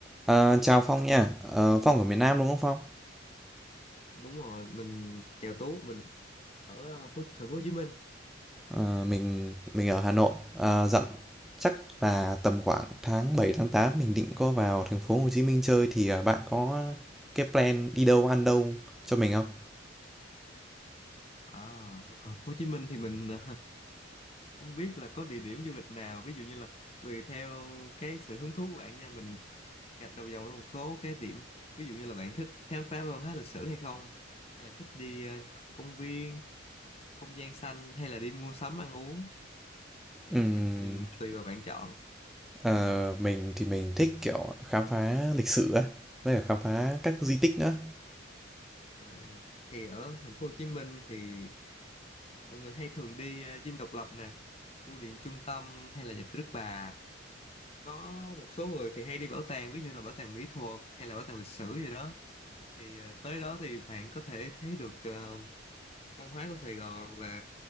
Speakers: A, in the centre; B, on the left.
A: Ờ, chào Phong nha. Ờ, Phong ở miền Nam đúng không Phong?
B: đúng rồi mình chèo tú mình ở ờ, phố, thành phố Hồ Chí Minh
A: Ờ, mình mình ở Hà Nội. Ờ, dặn chắc là tầm khoảng tháng 7 tháng 8 mình định có vào thành phố Hồ Chí Minh chơi thì ờ, bạn có cái plan đi đâu ăn đâu cho mình không?
B: à, ở Hồ Chí Minh thì mình ờ, <laughs> không biết là có địa điểm du lịch nào ví dụ như là tùy theo cái sự hứng thú của bạn nha mình gạch đầu dòng ra một số cái điểm ví dụ như là bạn thích khám phá văn hóa lịch sử hay không hay là thích đi ờ, công viên không gian xanh hay là đi mua sắm ăn uống thì
A: Ừm,
B: ừm, tùy vào bạn chọn
A: ờ, mình thì mình thích kiểu khám phá lịch sử ấy, với cả khám phá các di tích nữa.
B: Ờ, thì ở thành phố Hồ Chí Minh thì mọi người hay thường đi ờ, Dinh Độc Lập nè Bưu điện Trung tâm hay là nhà thờ Đức Bà có một số người thì hay đi bảo tàng ví dụ như là bảo tàng mỹ thuật hay là bảo tàng lịch sử gì đó thì ờ, tới đó thì bạn có thể thấy được ờ, văn hóa của Sài Gòn và